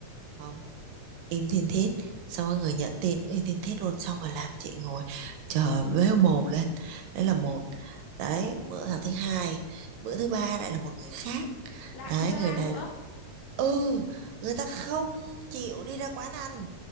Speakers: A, on the right; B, on the left.
A: không im thiên thiết xong rồi người nhận tin im thiên thiết luôn xong rồi làm chị ngồi chờ véo mồm lên đấy là một đấy bữa là thứ hai bữa thứ ba lại là một người khác
B: Lại
A: đấy
B: thứ ba
A: người này
B: nữa.
A: ừ người ta không chịu đi ra quán ăn